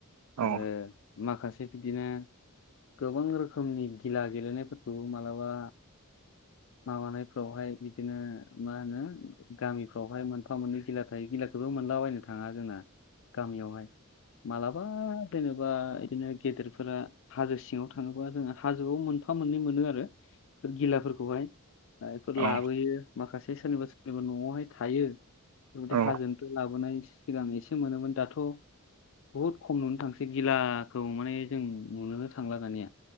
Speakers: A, on the right (about 85°); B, on the left (about 60°).
A: औ
B: आरो माखासे बिदिनो गोबां रोखोमनि गिला गेलेनायफोरखौबो मालाबा माबानायफोरावहाय बिदिनो मा होनो गामिफ्रावहाय मोनफा मोननै गिला थायो गिलाखौ बो मोनलाबायनो थाङा जोंना गामियावहाय मालाबा दोङोबा बिदिनो गेदेरफोरा हाजो सिङाव थाङोबा जोङो हाजोआव मोन मोनफा मोननै मोनो आरो गिलाफोरखौहाय आं इफोर लाबोयो
A: औ
B: माखासे सोरनिबा सोरनिबा न'आवहाय थायो बेबादि
A: औ
B: हाजोनिफ्राय लाबोनायनि सिगां एसे मोनोमोन दाथ' बहुद खम नुनो थांसै गिलाखौ माने जों नुनोनो थांला दानिया